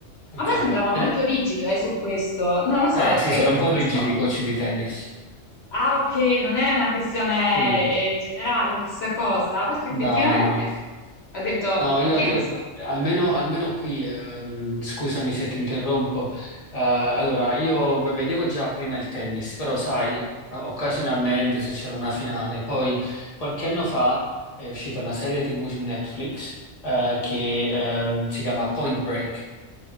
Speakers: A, on the left; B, on the left.
A: ok.
B: a me sembrava molto
A: Eh,
B: rigido, eh, su questo. Non lo so,
A: eh,
B: eh,
A: sì, sono
B: io
A: un
B: capisco.
A: po' rigidi i coach di tennis.
B: Ah, ok, non è una questione,
A: Sì.
B: eh, generale questa cosa, perché
A: No,
B: effettivamente
A: no, no.
B: ho detto,
A: No, io
B: ok, non
A: te-
B: so.
A: almeno, almeno qui, ehm, scusami se ti interrompo. Eh, allora, io v- vedevo già prima il tennis, però sai, o- occasionalmente se c'era una finale. Poi qualche anno fa è uscita una serie TV su Netflix, eh, che, ehm, si chiama Point Break.